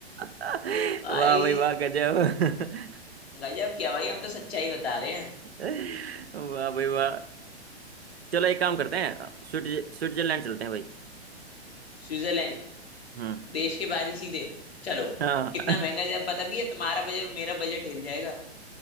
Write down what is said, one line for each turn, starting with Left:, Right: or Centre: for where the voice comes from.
Right: <laughs>
Left: भाई
Right: वाह भाई वाह गजब
Left: गजब क्या भाई हम तो सच्चाई बता रहे हैं
Right: <laughs> वाह भाई वाह चलो एक काम करते हैं स्विट्ज स्विट्जरलैंड चलते हैं भाई
Left: स्विट्जरलैंड
Right: हम्म
Left: देश के बाहर ही सीधे चलो
Right: हाँ
Left: कितना महंगा जाए पता भी है तुम्हारा बजट और मेरा बजट हिल जाएगा